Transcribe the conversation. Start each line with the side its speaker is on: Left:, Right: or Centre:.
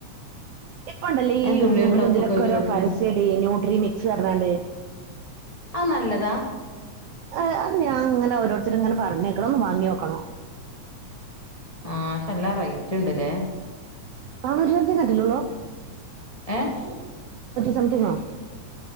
Right: ഇപ്പൊണ്ടല്ലേ
Left: അയിന്
Right: ഈ
Left: തുള്ളി
Right: യൂട്യൂബില്
Left: ഒരു കപ്പ്ക്ക്
Right: ഇതിലൊക്കെ
Left: ഒഴിച്ച്
Right: ഓരോ
Left: കൊടുത്തോ
Right: പരസ്യടി ന്യൂട്ര മിക്സ് വാണ്ടേ
Left: ആഹ് നല്ലതാ
Right: ഏർ അത് ഞാ ഇങ്ങനെ ഓരോരുത്തർ ഇങ്ങനെ പറഞ്ഞേക്കണംന്ന് വാങ്ങ്യൊക്കണം
Left: ആഹ് ക്ഷെ ല്ലാം റൈ ഇണ്ട് ലേ
Right: നാനൂറ്റി സംപ്ത്തിംഗ്ല്ലെ ഒള്ളു
Left: ഏഹ്
Right: സംതിങ്ങോ